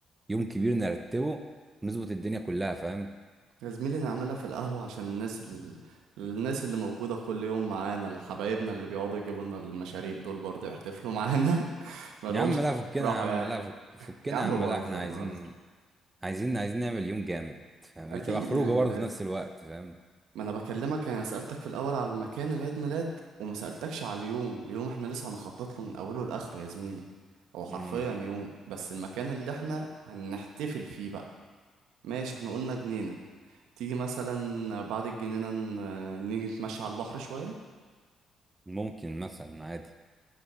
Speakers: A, on the right (about 15°); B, on the right (about 90°).
A: يوم كبير نرتبه ونظبط الدنيا كلها فاهم
B: يا زميلي نعملها في القهوة عشان الناس ال... الناس اللي موجودة كل يوم معانا الحبايبنا اللي بيقعدوا يجيبوا لنا المشاريب دول برضه يحتفلوا معانا <laughs> مالهمش
A: يا عم لا فكنا
B: راحوا
A: يا عم
B: يعني
A: لا فك فكنا
B: يا عم
A: يا عم
B: بهزر
A: لا احنا عايزين
B: بهزر
A: عايزين عايزين نعمل يوم جامد فاهم
B: اكيد
A: تبقى خروجه
B: يعني
A: برضه في نفس الوقت فاهم
B: ما انا بكلمك انا سألتك في الاول على المكان العيد ميلاد وما سألتكش على اليوم اليوم احنا لسه هنخطط له من اوله لاخره يا زميلي هو حرفيا
A: مم.
B: يوم بس المكان اللي احنا هنحتفل فيه بقى ماشي احنا قلنا جنينة تيجي مثلا بعد الجنينة ن- نيجي نتمشى على البحر شوية
A: ممكن مثلا عادي